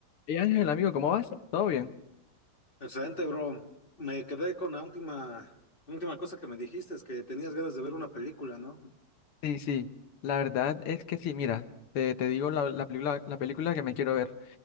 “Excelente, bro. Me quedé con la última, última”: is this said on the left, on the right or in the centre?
Left